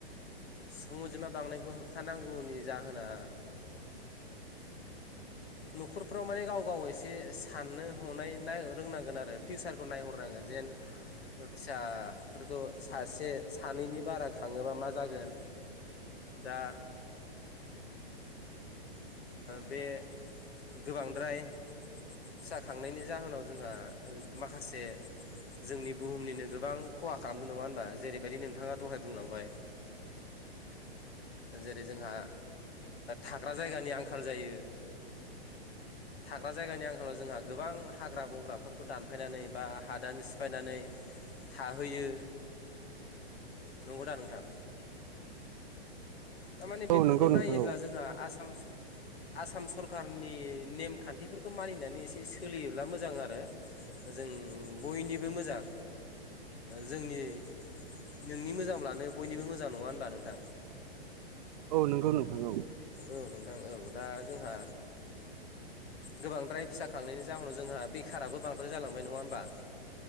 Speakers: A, on the left (about 75°); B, on the right (about 45°).
A: सुबुं अनजिमा बांनायखौ होबथानांगौनि जाहोना न'खरफ्राव माने गाव गाव एसे साननो हनायनाय रोंनांगोन आरो फिउसारखौ नायहरनांगोन जेन फिसाफोरखौ सासे सानैनि बारा खाङोबा मा जागोन दा बे गोबांद्राय फिसा खांनायनि जाहोनाव जोंहा माखासे जोंनि बुहुमनिनो गोबां खहा खालामदों नङा होनबा जेरैबायदि नोंथाङा दहाय बुंलांबाय। जेरै जोंहा थाग्रा जायगानि आंखाल जायो। थाग्रा जायगानि आंखालाव जोंहा गोबां हाग्रा बंग्राफोरखौ दानफायनानै बा हादान सिफायनानै थाहैयो नंगौदा नोंथां। थारमाने
B: औ
A: बेफोरखौ
B: नंगौ
A: नायोब्ला
B: नोंथां औ
A: जोंहा आसाम आसाम सरखारारनि नेमखान्थिफोरखौ मानिनानै एसे सोलियोब्ला मोजां आरो जों बयनिबो मोजां जोंनि नोंनि मोजां लानो बयनिबो मोजां नङा होनबा नोंथां?
B: औ नोंगौ नोंथां औ।
A: औ नोंथां औ दा जोंहा गो बांद्राय फिसा खांनायनि जाहोनाव जोंहा बेखाराबो बांद्राय जालांबाय नङा होमबा